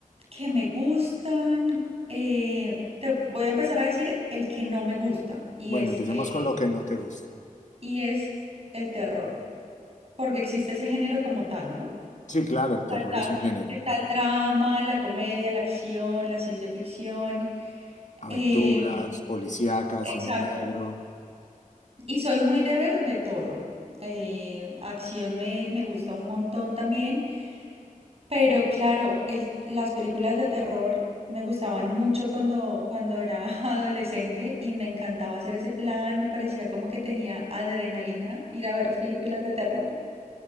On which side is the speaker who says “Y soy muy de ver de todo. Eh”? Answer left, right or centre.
Right